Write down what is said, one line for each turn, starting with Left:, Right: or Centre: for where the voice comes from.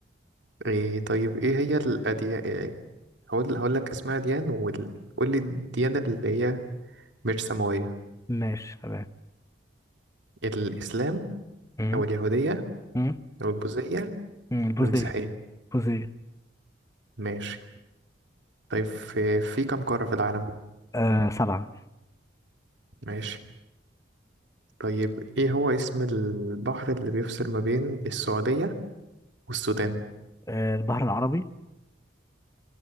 Right: ايه طيب ايه هي الأديان إيه هقول هقول لك اسماء أديان وقول لي الديانة اللي هي مش سماوية
Left: ماشي تمام
Right: الإسلام
Left: مم.
Right: أو اليهودية
Left: مم.
Right: أو البوذية
Left: مم. البوزية
Right: أو المسيحية
Left: بوزية
Right: ماشي طيب في, في كم قارة في العالم
Left: آه سبعة
Right: ماشي طيب ايه هو اسم البحر اللي بيفصل ما بين السعودية والسودان
Left: آه البحر العربي